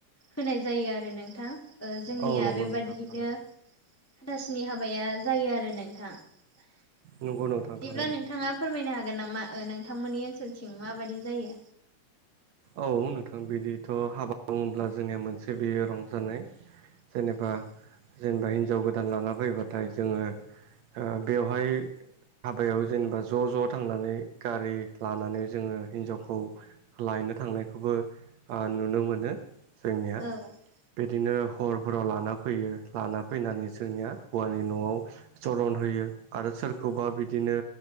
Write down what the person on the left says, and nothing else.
होनाय जायो आरो नोंथां ओ जोंनिया
बेबादियैनो
हाथासुनि हाबाया जायो आरो नोंथां बिदिब्ला
नोंथाङा फोरमायनो हागोन नामा ओ नोंथांमोननि ओनसोलथिं माबायदि जायो
औ
औ